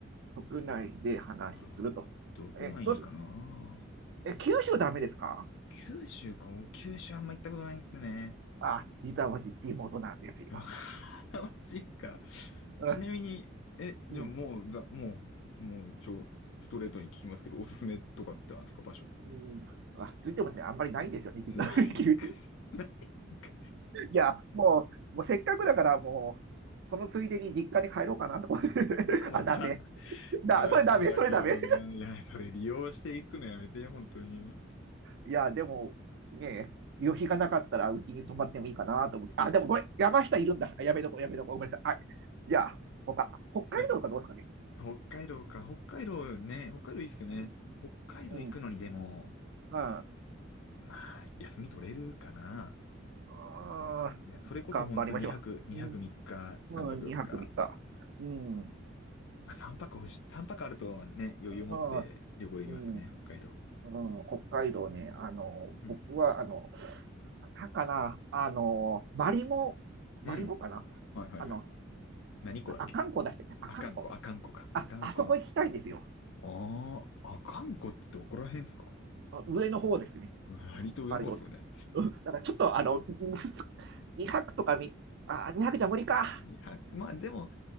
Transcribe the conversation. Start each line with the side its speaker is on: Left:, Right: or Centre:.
Right: 国内で話をすると。
Left: あー、どこがいいかな。
Right: え、どうす、え、九州ダメですか
Left: 九州か、お九州あんま行ったことないんですね。
Right: あ、実は私、地元なんですよ。
Left: <laughs> うわーマジか。
Right: <laughs> うん。
Left: ちなみに、え、じゃあもう、
Right: うん。
Left: ざ、もう、もう、ちょ、ストレートに聞きますけど、おすすめとかってあるんですか、場所。
Right: うんあ、ついてもね、あんまりないんですよね、実は
Left: ないんかい。
Right: <laughs> 九州。
Left: <laughs> ないんか
Right: いや、もう、もうせっかくだから、もう、そのついでに実家に帰ろうかなとか。<laughs>
Left: い。もうざ
Right: あ、ダメ。
Left: 雑だからねいや、
Right: だ、それダメ、それダメ。
Left: それ利用していくのやめて、本当に。
Right: いや、でも、ねえ、旅費がなかったらうちに泊まってもいいかなと思って。
Left: あ、
Right: あ、でもごめん、山下いるんだ。あやめとこう、やめとこう。ごめんなさい。はい。じゃあ、他、北海道かどうですかね。
Left: え北海道か。北海道ね、北海道いいっすよね。
Right: うん。
Left: 北海道行くのにでも、
Right: うん。ま
Left: まあ、休み取れるかな。
Right: ああ、
Left: いや、それこそ本当2泊、
Right: 頑張りましょう。
Left: 2泊3日、
Right: う
Left: 3泊4日。
Right: ん。うん、2泊3日。うん。
Left: まあ3泊欲しい、泊あるとね、余裕持って旅行できますよね、
Right: あーうん。
Left: 北海道。
Right: うん、北海道ね、あの、
Left: うん。
Right: 僕は、あの、なんかな、あの、マリモ、
Left: うん。
Right: マリモかな
Left: うん。はいはいはい。
Right: あの、
Left: 何湖だっけ
Right: あ阿寒湖出してね、阿寒湖。
Left: 阿寒湖、阿寒湖か。阿寒湖の。
Right: あ、あそこ行きたいんですよ。
Left: ああ、阿寒湖ってどこら辺ですか
Right: あ上の方ですね。
Left: 割と上の方っすよね。
Right: 北海道うぞうんだからちょっと、あの、<laughs> 2泊とかみ、あ、2泊じゃ無理か。
Left: 2 0まあでも、